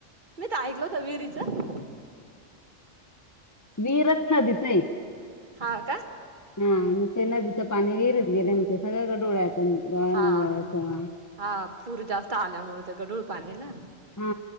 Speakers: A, on the right; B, on the left.
A: मी तर ऐकल होत विहिरीचं.
B: वीरच नदीत हे.
A: हा का?
B: हा मग ते नदीचं पाणी विहिरत गेले मग ते सगळ्या डोळ्यात गवा
A: हा
B: निवळ
A: हा
B: तेव्हा
A: हा हा पूर जास्त आल्यामुळे ते गडूळ पाणी ना
B: हा